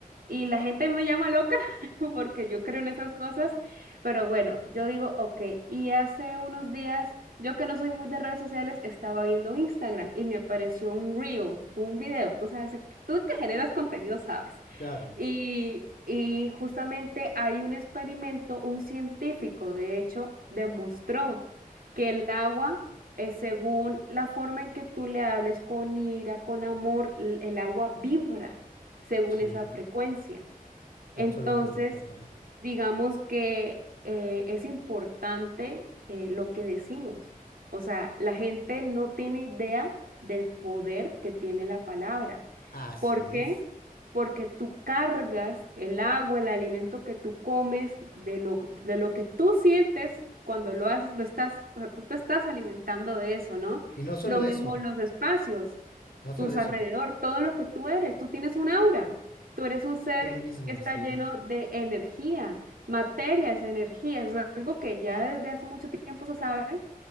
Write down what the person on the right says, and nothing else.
Y la gente me llama loca <laughs> porque yo creo en esas cosas, pero bueno, yo digo, ok, y hace unos días, yo que no soy muy de redes sociales, estaba viendo Instagram y me apareció un reel, un video, tú sabes, tú que generas contenido, sabes.
Y, y justamente hay un experimento, un científico, de hecho, demostró que el agua, eh, según la forma en que tú le hables con ira, con amor, l- el agua vibra según
esa frecuencia. Entonces,
digamos que eh, es importante eh, lo que decimos. O sea, la gente no tiene idea del poder que tiene la palabra.
¿Por qué?
Porque tú cargas el agua, el alimento que tú comes, de lo, de lo que tú sientes cuando lo haces, lo estás, o sea, tú te estás alimentando de eso, ¿no?
Lo mismo
los espacios
tus alrededor,
todo lo que tú eres. Tú tienes un aura. Tú eres un ser
que está
lleno de energía, materia es energía. Es algo que ya desde hace mucho tiempo se sabe,